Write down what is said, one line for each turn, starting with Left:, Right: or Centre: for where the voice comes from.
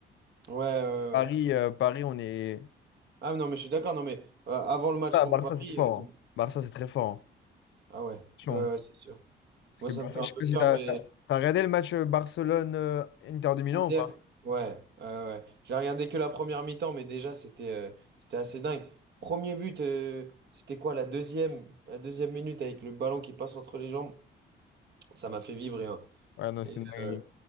Right: Ouais, ouais, ouais.
Left: Paris,
Right: ouais.
Left: euh, Paris, on est.
Right: Ah non, mais je suis d'accord. Non, mais euh, avant le match
Left: Ah,
Right: contre
Left: Barça,
Right: Paris,
Left: c'est fort.
Right: euh, tout-
Left: hein. Barça, c'est très fort. hein.
Right: ah ouais,
Left: Attention.
Right: ouais, ouais, c'est sûr.
Left: Parce
Right: Moi,
Left: que
Right: ça
Left: Barça,
Right: me fait un
Left: je sais
Right: peu
Left: pas si
Right: peur,
Left: t'as
Right: mais
Left: t'as- t'as regardé le match Barcelone-Inter de Milan
Right: Inter,
Left: ou pas?
Right: ouais, ouais, ouais. J'ai regardé que la première mi-temps, mais déjà, c'était euh, c'était assez dingue. Premier but, euh, c'était quoi, la deuxième, la deuxième minute avec le ballon qui passe entre les jambes, ça m'a fait vibrer. hein.
Left: Ouais, non, c'était
Right: Et,
Left: une dinguerie.
Right: euh,